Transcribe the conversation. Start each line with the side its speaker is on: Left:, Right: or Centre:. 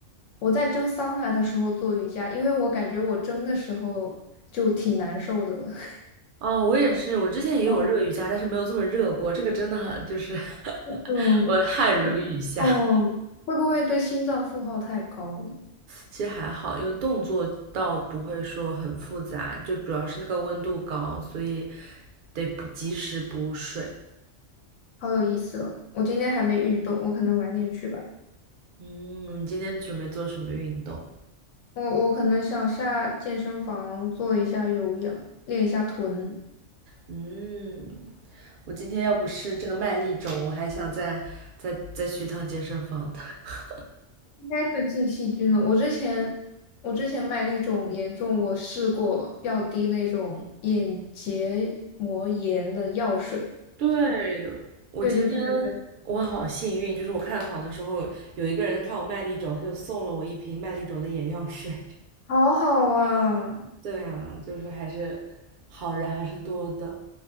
Left: 我在蒸桑拿的时候做瑜伽，因为我感觉我蒸的时候就挺难受的了。<laughs>
Right: 哦，我也是，我之前也有热瑜伽，
Left: 哦，
Right: 但是没有这么热过。这个真的很就是 <laughs>
Left: 嗯，
Right: 我汗如雨下。
Left: 就是 <laughs> 嗯，会不会对心脏负荷太高了？
Right: 其实还好，因为动作倒不会说很复杂，就主要是那个温度高，所以得补及时补水。
Left: 好有意思哦！我今天还没运动，我可能晚点去吧。
Right: 嗯，你今天准备做什么运动？
Left: 我我可能想下健身房做一下有氧，练一下臀。
Right: 嗯。我今天要不是这个麦粒肿，我还想再再再去一趟健身房的。<laughs>
Left: 应该是进细菌了。我之前我之前麦粒肿严重，我试过要滴那种眼结膜炎的药水。
Right: 对，我今天
Left: 对对对对对，
Right: 我好幸运，就是我看房的时候，有一个人看我麦粒肿，他就送了我一瓶麦粒肿的眼药水。
Left: 好好啊！
Right: <laughs> 对啊，就是还是好人还是多的。